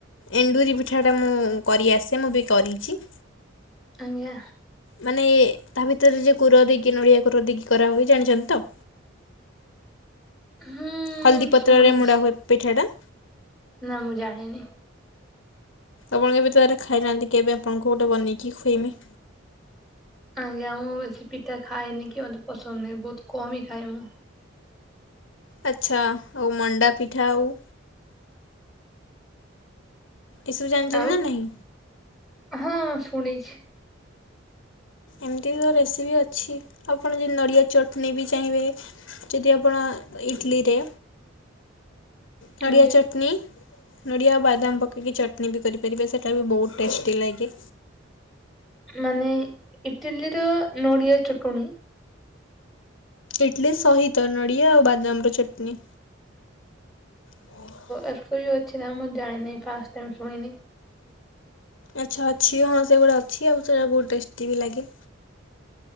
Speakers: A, on the left (about 75°); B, in the centre.
A: ଏଣ୍ଡୁରି ପିଠାଟା ମୁଁ କରିଆସେ ମୁଁ ବି କରିଚି।
B: ଆଜ୍ଞା
A: ମାନେ ତା ଭିତରେ ଯେ କୂୁର ଦେଇକି ନଡ଼ିଆ କୂର ଦେଇକି କରାହୁଏ ଜାଣିଛନ୍ତି ତ।
B: ହୁଁ
A: ହଳଦୀ ପତ୍ରରେ
B: ଶୁଣିଛି
A: ମୋଡ଼ା ହୁଏ ପିଠାଟା।
B: ନା ମୁଁ ଜାଣିନି।
A: ଆପଣ କେବେ ତାରେ ଖାଇନାହାନ୍ତି କେବେ ଆପଣଙ୍କୁ ଗୋଟେ ବନେଇକି ଖୁଇନି।
B: ଆଜ୍ଞା ମୁଁ ବେଶୀ ପିଠା ଖାଏନି କି ମୋତେ ପସନ୍ଦ ନୁହେଁ। ବହୁତ କମ ହି ଖାଏ ମୁଁ।
A: ଆଛା ଆଉ ମଣ୍ଡା ପିଠା ଆଉ ଏସବୁ ଜାଣିଛନ୍ତି
B: ଆଉ
A: ନା ନାହିଁଁ?
B: ହଁ ଶୁଣିଛି।
A: ଏମିତି ବି ରେସିପି ଅଛି ଆପଣ ଯଦି ନଡ଼ିଆ ଚଟନୀ ବି ଚାହିଁବେ ଯଦି ଆପଣ ଇଟିଲିରେ ନଡ଼ିଆ
B: ଆଜ୍ଞା
A: ଚଟନୀ ନଡ଼ିଆ ଆଉ ବାଦାମ ପକେଇକି ଚଟନୀ ବି କରିପାରିବେ ସେଇଟା ବି ବହୁତ ଟେଷ୍ଟି ଲାଗେ।
B: ମାନେ ଇଟିଲୀର ନଡ଼ିଆ ଚଟଣି।
A: ଇଟଲି ସହିତ ନଡ଼ିଆ ଆଉ ବାଦାମର ଚଟନୀ। ଓ
B: ଆରକୋଇ ବି ଅଛି ନା ମୁଁ ଜାଣିନି ଫାଷ୍ଟ ଟାଇମ୍ ଶୁଣିନି।
A: ଆଚ୍ଛା ଅଛି ହଁ ସେଗୁଡା ଅଛି ଆଉ ସେଟା ବହୁତ ଟେଷ୍ଟି ବି ଲାଗେ।